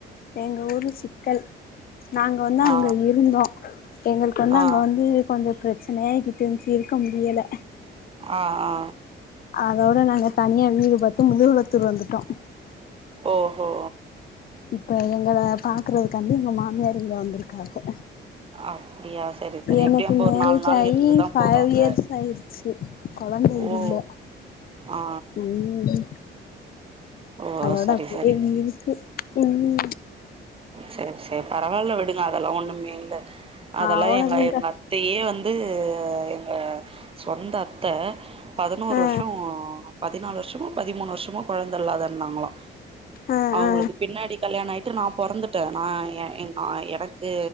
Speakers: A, on the left; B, on the right.
A: எங்க ஊரு சிக்கல் நாங்க வந்து அங்க
B: ஆ
A: இருந்தோ எங்களுக்கு வந்து
B: ஆ
A: அங்க வந்து கொஞ்ச பிரச்சனயாகிக்கிட்டு இருந்ச்சு இருக்க முடியல
B: ஆ ஆ
A: அதோட நாங்க தனியா வீடு பாத்து முதுகுளத்தூர் வந்துட்டோ
B: ஓஹோ
A: இப்ப எங்கள பாக்குறதுக்காண்டி எங்க மாமியார் இங்க வந்திருக்காக
B: அப்டியா சரி சரி
A: எனக்கு
B: எப்டியு அப்போ
A: மேரேஜ்
B: ஒரு நாலு நாள்
A: ஆயி
B: இருந்துதா
A: ஃபைவ்
B: போவாங்க
A: இயர்ஸ் ஆயிருச்சி கொழந்த
B: ஓ ஓ
A: இல்ல
B: ஆ ஆ.
A: ம்
B: ஓ
A: அதோட
B: சரி
A: அப்டியே
B: சரி
A: இருக்கு ம்
B: செரி செரி பரவாயில்ல விடுங்க அதெல்லா‌ ஒண்ணுமே இல்ல அதெல்லா
A: அவ்ளோதான்க்கா
B: எங்க இருந்தா அத்தையே வந்து எங்க சொந்த அத்த பதினோரு
A: ஆ
B: வருஷோ பதினாலு வருஷமோ பதிமூணு வருஷமோ கொழந்த இல்லாத இருந்தங்களா இருந்தாங்களா
A: ஆ
B: அவுங்களுக்கு
A: ஆ
B: பின்னாடி கல்யாண ஆயிட்டு நா பொறந்துட்ட நா எ நா எனக்கு